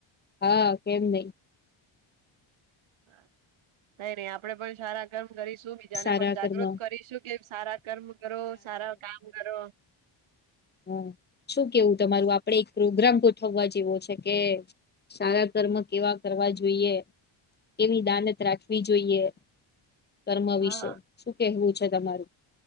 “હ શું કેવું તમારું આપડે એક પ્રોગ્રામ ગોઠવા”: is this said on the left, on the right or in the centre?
Left